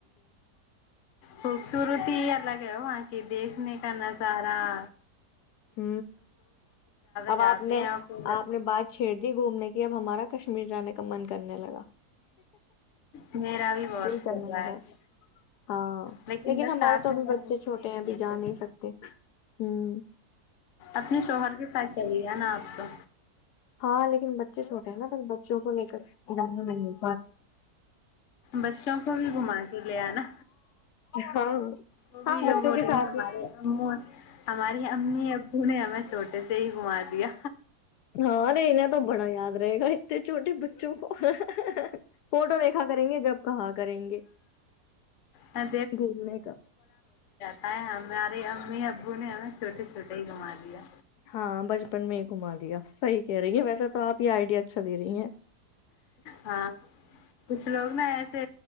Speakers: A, on the left; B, on the left.
A: خوبصورتی الگ ہے ہو وہاں کی دیکھ ک نہیں کرناز رہا
B: ہ اب
A: جاتے
B: آپ نے
A: ہیں اور پھر
B: آپ نے بات چھیڑ دی گھومنے کی یہ اب ہمارا کشمیر جانے کا من کرنے لگا
A: میرا بھی بہت
B: دل کرنے
A: کر رہا
B: لگا
A: ہے
B: ہاں
A: لیکن بس
B: ہمارے
A: ساتھ
B: تو ابھی
A: میں جانے
B: بچے چھوٹے
A: کے لیے
B: ہیں
A: نہیں
B: ابھی
A: ہے
B: جا
A: کوئی
B: سکتے ہوں
A: اپنے شوہر کے ساتھ چل کیا نا آپ کا
B: ہاں لیکن بچے چھوٹے ہیں نا پھر بچوں کو لے کرا نہیں
A: بچوں کو بھی گھم لے آناا
B: ہاں
A: وہ
B: ہاں
A: بھی یہ
B: بچوں
A: بولے
B: کے ساتھ
A: ہمارے
B: ہی
A: او ہماری امی ابو نے ہمیں صحی کما دیا
B: ہاں ارے انہیں تو بڑا یاد رہے گات چھوٹے بچوں کو فوٹو دیکھا کریں گے جب کہا کریں گے
A: ہاں
B: گھومنے کا
A: آ ہمارے امی ابو نے ہمیں چھوٹے چھوٹے ہی گھما دیا
B: ہاں بچپن میں گمار صحیح کہہ رہی ہیں ویسے تو آپ یہ آئیڈیا اچھا دے رہی ہیں
A: ہاں کچھ لوگ نا ایسے